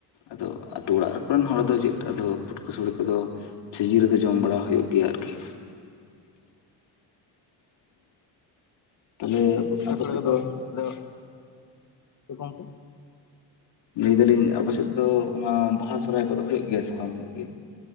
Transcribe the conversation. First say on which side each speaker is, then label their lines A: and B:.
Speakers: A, on the left; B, on the left.
A: ᱟᱫᱚ ᱟᱹᱛᱩ ᱚᱲᱟᱜ ᱠᱚᱨᱮᱱ ᱦᱚᱲ ᱫᱚ ᱪᱮᱫ ᱟᱫᱚ ᱯᱩᱴᱠᱟᱹ ᱥᱚᱲᱮ ᱠᱚᱫᱚ᱾ ᱥᱤᱡᱤᱱ ᱨᱮᱫᱚ ᱡᱚᱢ
B: ᱦᱩᱸ
A: ᱵᱟᱲᱟ
B: ᱦᱩᱸ
A: ᱦᱩᱭᱩᱜ ᱜᱮᱭᱟ ᱟᱨᱠᱤ᱾ ᱛᱟᱦᱞᱮ
B: ᱯᱩᱴᱠᱟᱹ
A: ᱟᱯᱮ
B: ᱥᱚᱲᱮ
A: ᱥᱮᱫ
B: ᱠᱚᱫᱚ
A: ᱫᱚ?
B: ᱟᱫᱚ ᱪᱮᱫ ᱜᱚᱝᱠᱮ
A: ᱞᱟᱹᱭ ᱮᱫᱟᱞᱤᱧ ᱟᱯᱮ ᱥᱮᱫ ᱫᱚ ᱚᱱᱟ ᱵᱟᱦᱟ ᱥᱚᱦᱨᱟᱭ ᱠᱚᱫᱚ ᱦᱩᱭᱩᱜ ᱜᱮᱭᱟ ᱥᱮ ᱵᱟᱝ ᱦᱩᱭᱩᱜ ᱜᱮᱭᱟ?